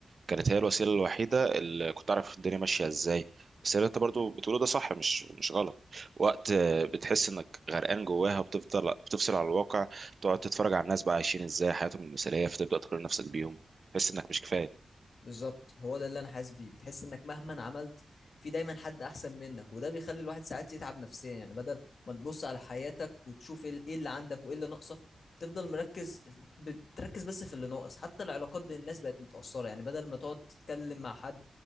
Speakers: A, on the right; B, on the left.
A: كانت هي الوسيلة الوحيدة اللي كنت اعرف الدنيا ماشية ازاي بس اللي انت برضو بتقوله ده صح مش مش غلط وقت آه، بتحس انك غرقان جواها بتفضل بتفصل عن الواقع تقعد تتفرج على الناس بقى عايشين ازاي حياتهم المثالية فتبدأ تقارن نفسك بيهم تحس انك مش كفاية
B: بالظبط هو ده اللي انا حاسس بيه بتحس انك مهما عملت في دايما حد احسن منك وده بيخلي الواحد ساعات يتعب نفسيا يعني بدل ما تبص على حياتك وتشوف ال- ايه اللي عندك وايه اللي ناقصك تفضل مركز بتركز بس في اللي ناقص حتى العلاقات بين الناس بقت متأثرة يعني بدل ما تقعد تتكلم مع حد